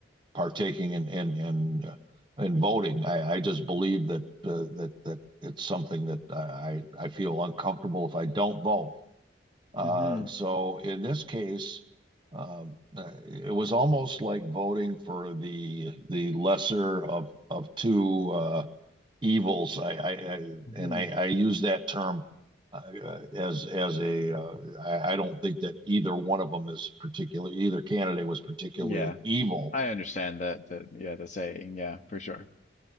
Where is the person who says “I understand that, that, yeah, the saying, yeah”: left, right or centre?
Left